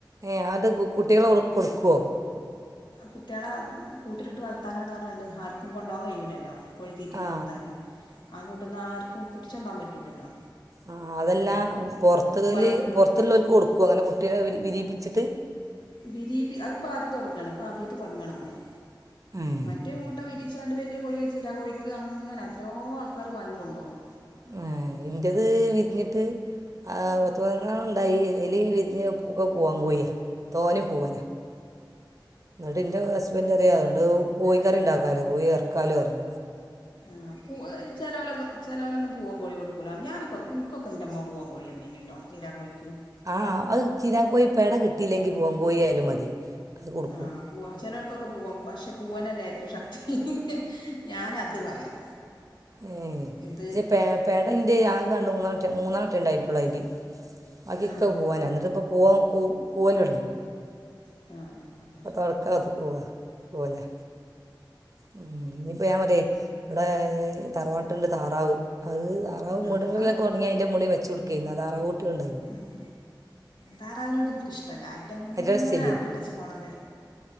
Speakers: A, on the right; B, on the left.
A: ഏ അത് കു കുട്ടികളെ കൊടുക്കുവോ
B: കുട്ടിയാളെ കൂട്ടിലിട്ട് വളർത്താനാണ് പറഞ്ഞാണ്ട് ആർക്കും കൊണ്ടോകാൻ കഴിയൂല്ലല്ലോ കോഴിത്തീറ്റയും
A: ആ
B: കൊടുത്താല് ആ കൂട്ട്ന്ന് ആർക്കും പിടിച്ചുണ്ടാവാൻ പറ്റുല്ലല്ലോ
A: ആ അതെല്ല പുറത്ത്ല്
B: ബൾബിട്ട് കൊടു
A: പുറത്തുള്ളവർക്ക് കൊടുക്കോ അങ്ങനെ കുട്ടിയോളെ വിരിയിപ്പിച്ചിട്ട്
B: വിരീപി അത്പ്പ ആദ്യ തുടങ്ങാണ് ഇപ്പ ആദ്യായിട്ട് തുടങ്ങാണ് അമ്മായി
A: ഏഹ്
B: മറ്റേ മുട്ട വിരിച്ചാണ്ട് വല്ലിയ കോഴി ചീരാ കോഴിക്ക് അങ്ങനെ എത്രയോ ആൾക്കാർ വാങ്ങിക്കൊണ്ടോവും
A: ഏഹ് ഇന്റത് വിരിഞ്ഞിട്ട് ആഹ് പത്ത് പതിനൊന്നണ്ണണ്ടായി അതിലഈ വിരിഞ്ഞ്ഒക്കെ പൂവൻ കോഴിയാ തോനെ പോൂവനാ എന്നിട്ട്ൻ്റെ ഹസ്ബൻ് പറിയാ അതുകൊണ്ട് കോഴി കറി ഉണ്ടാക്കാലോ കോഴി ഇറക്കാലോ പറഞ്ഞു
B: ആ പൂ ചെലോലൊക്കെ ചെലോലൊന്നും പുവൻകോഴി കൊടുക്കലാ ഞാനൊക്കെ ഇൻക്കൊക്കെ ഇൻ്റെമ്മ പൂവൻ കോഴിയന്നീഞ്ഞിട്ടോ ചീരാ കോഴിക്ക്
A: ആ അത് ചീരാ കോഴി പെട കിട്ടിയില്ലെങ്കിൽ പൂവൻ കോഴിയായാലും മതി അത് കൊടുക്കും
B: ആ പൂവ ചെലോല്ക്കൊക്കെ പൂവപക്ഷെ പൂവനല്ലേ ഏറ്റവും ശക്തി ഞാാനത് പറയും
A: ഏഹ്
B: ഇത്
A: പക്ഷേ പേ പേടൻ്റെ ആകാണ്ട് മൂന്നാണറ്റെ മൂന്നാണറ്റെ ഉണ്ടായിട്ടുള്ളൂ അതിൽ ബാക്കിയൊക്കൊ
B: ആ
A: പൂവനാണ് എന്നിട്ട് ഇപ്പോ പൂവൻ കൂ കൂവൽ തൊട്ങ്ങി
B: ആഹ്
A: ഇപ്പ തൊട്ക്കാത്ത് കൂവ കൂവലാ ഉം ഇനിപ്പോ ഞാൻ പറയാ ഇവിടെ തറവാട്ട്ണ്ട് താറാവ് അത് അഹ്
B: ആ
A: മുടടെലൊക്കൊ
B: അത്
A: തൊടങ്ങിയാ അയിന്റെ മുടി വെച്ച് കൊട്‌ക്കേര്ന്നു അ തറാവ് കുട്ടി ഉണ്ടായിരുന്നു
B: ഉം താറാവിനോട് ഇൻക്കിഷ്ടമല്ല ആയിറ്റെ ഇങ്ങനെ
A: അതിൻ്റെ ഇഷ്ടമില്ലേ
B: അപ്പി ഇട്ടച്ച് പോണത്